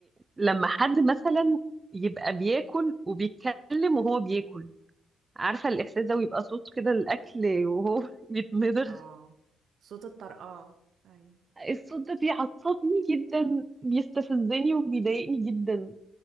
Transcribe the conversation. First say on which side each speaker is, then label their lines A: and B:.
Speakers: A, on the right (about 25°); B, on the right (about 65°).
A: لما حد مثلا يبقى بياكل وبيتكلم وهو بياكل عارفة الإحساس ده ويبقى صوت كده الأكل وهو <laughs> بيتمضغ
B: اه صوت الطرقعة أيوة.
A: الصوت ده بيعصبني جدا بيستفزني وبيضايقني جدا